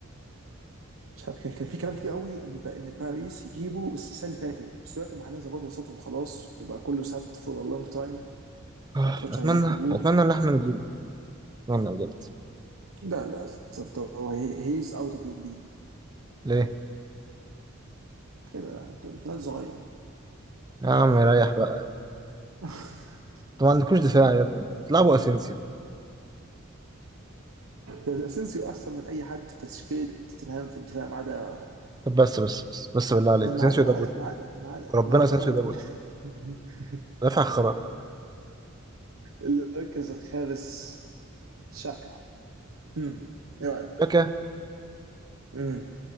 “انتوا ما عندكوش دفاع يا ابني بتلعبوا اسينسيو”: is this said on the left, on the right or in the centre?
Right